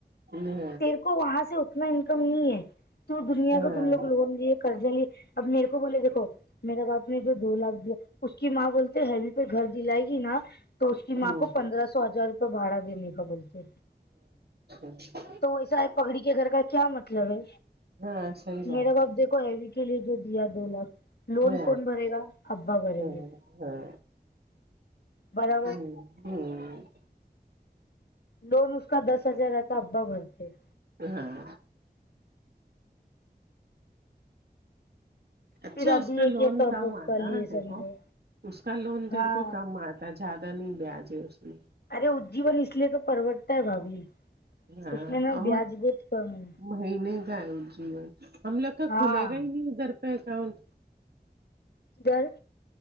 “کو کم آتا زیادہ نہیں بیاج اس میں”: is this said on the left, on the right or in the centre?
Right